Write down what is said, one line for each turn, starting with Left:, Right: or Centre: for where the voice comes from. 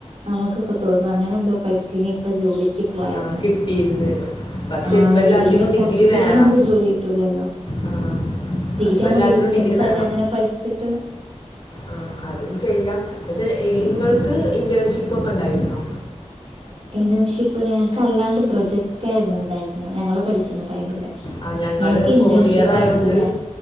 Right: നമുക്കിപ്പോ തോന്നും അങ്ങനെ ന്തോ പഠിച്ചീനീ ഇപ്പ ജോലി പോവായിരുന്ന്ന്ന്
Left: ആ, കിട്ടിയിരുന്നെന്ന് പക്ഷെ
Right: ആ
Left: ഇപ്പം എല്ലാത്തിനും
Right: ഡിഗ്രിന്റെ
Left: ഡിഗ്രി
Right: സർട്ടിഫിക്കേട്ടോണ്ട്
Left: വേണം
Right: നമ്മക്ക് ജോലി കിട്ടൂല ല്ലോ
Left: ആ,
Right: ഡിഗ്രിമ്മക്ക്
Left: ഇപ്പം എല്ലാത്തിനും
Right: ഡിസ്റ്റൻസായിട്ട്
Left: ഡിഗ്രി വേണം
Right: അങ്ങനെ പഠിച്ചിട്ട്
Left: ആ അതും ചെയ്യാം പക്ഷെ നിങ്ങൾക്ക്
Right: ആ
Left: ഇ ഫ്രണ്ട്ഷിപ്പൊക്കെ ഉണ്ടായിരുന്നോ
Right: ഇന്റേൺഷിപ്പ് ഞങ്ങൾക്ക് അല്ലാണ്ട് പ്രൊജക്റ്റ് ആായിരുന്നു ഉണ്ടായിരുന്നത് ഞങ്ങള്ൾ പഠിക്കുന്ന ടൈമില്
Left: ആ ഞങ്ങള്
Right: ഞങ്ങക്ക് ഇന്റേൺഷിപ്പ്
Left: ഫോർ ഇയർ ആയൊണ്ട്
Right: ആയിരിക്കും ല്ലേ